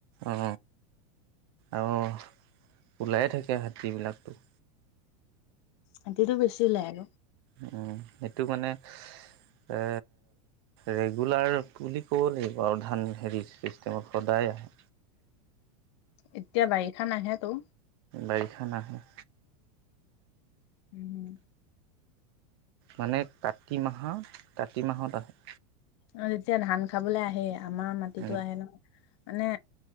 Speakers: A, on the right; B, on the left.
A: অ আৰু ওলাই থাকে হাতীবিলাকটো
B: হাতীটো বেছি ওলাই আক
A: উম সেইটো মানে এ ৰেগুলাৰ বুলি ক'ব লাগিব আৰু ধান হেৰি চিষ্টেমত সদায় আহে
B: এতিয়া বাৰিষা নাহে তো
A: বাৰিষাত নাহে
B: উম
A: মানে কাতি মাহৰ কাতি মাহত আহে
B: অ যেতিয়া ধান খাবলে আহে আমাৰ মাটিতো
A: উম,
B: আহে ন। মানে